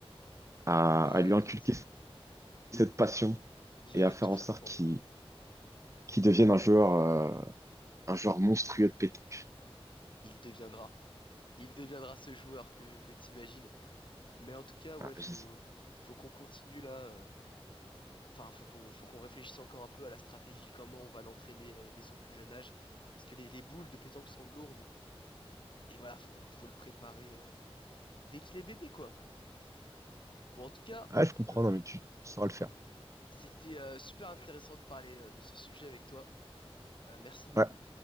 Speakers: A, on the right (about 30°); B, on the left (about 55°).
A: à,
B: Bah
A: à lui
B: écoute,
A: inculquer cette passion
B: je
A: et
B: vais
A: à faire
B: tout faire
A: en sorte
B: pour.
A: qu'il qu'il devienne un joueur, euh, un joueur monstrueux de pétanque.
B: Il deviendra. Il deviendra ce joueur que, que t'imagines. Mais en tout cas, ouais,
A: Ah,
B: faut,
A: je,
B: faut qu'on continue là. euh, Enfin, faut qu'on faut qu'on réfléchisse encore un peu à la stratégie, comment on va l'entraîner euh, dès son plus jeune âge. Parce que les, les boules de pétanque sont lourdes. Et voilà, faut, faut le préparer euh, dès qu'il est bébé, quoi. Bon, en tout cas,
A: ah, je comprends,
B: euh,
A: non, mais tu sauras le faire.
B: c'était euh, super intéressant de parler euh, de ce sujet avec toi. Euh, merci beaucoup.
A: Ouais.